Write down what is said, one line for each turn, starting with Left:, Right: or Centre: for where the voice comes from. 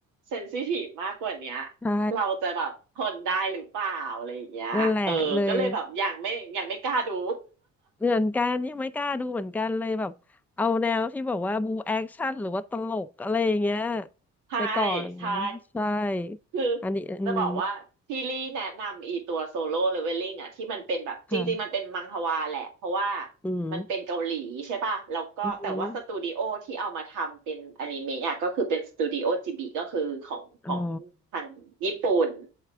Right: เซนซิทีฟมากกว่าเนี้ย
Centre: ใช่
Right: เราจะแบบทนได้หรือเปล่าอะไรอย่างเงี้ยเออก็เลยแบบยังไม่ยังไม่กล้าดู
Centre: นั่นแหละเลยเหมือนกันยังไม่กล้าดูเหมือนกันเลยแบบเอาแนวที่บอกว่าบูแอคชั่นหรือว่าตลกอะไรอย่างเงี้ย
Right: <laughs> ใช่
Centre: ไปก่อน
Right: ใช่
Centre: ใช่
Right: คือ
Centre: อันนี้อืม
Right: จะบอกว่าที่ลี่แนะนำอีตัวโซโล่เลเวลลิ่งอะที่มันเป็นแบบจริงๆมันเป็นมังฮวาแหละเพราะว่า
Centre: ค่ะอืม
Right: มันเป็นเกาหลีใช่ป่ะแล้วก็แต่ว่าสตูดิโอที่เอามาทำเป็นอนิเมะอะก็คือเป็นสตูดิโอจิบิก็คือของของทางญี่ปุ่น
Centre: อืมอ๋อ